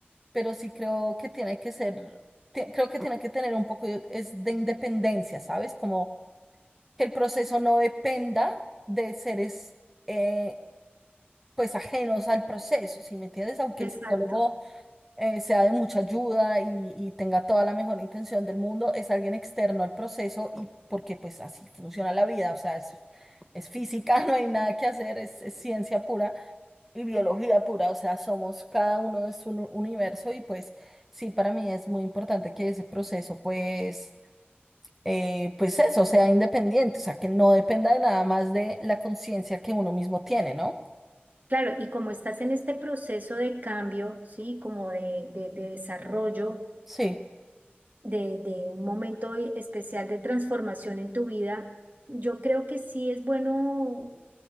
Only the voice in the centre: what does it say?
pero sí creo que tiene que ser, te- creo que tiene que tener un poco de, es de independencia, ¿sabes? Como que el proceso no dependa de seres, eh, pues, ajenos al proceso, ¿sí me entiendes? Aunque
el psicólogo eh, sea de mucha ayuda y, y tenga toda la mejor intención del mundo, es alguien externo al proceso y porque pues así funciona la vida, o sea, es, es física, <laughs> no hay nada que hacer, es, es ciencia pura y biología pura, o sea, somos cada uno es un universo y pues sí, para mí es muy importante que ese proceso pues... eh, pues eso, sea independiente, o sea, que no dependa de nada más de la conciencia que uno mismo tiene, ¿no?
Sí,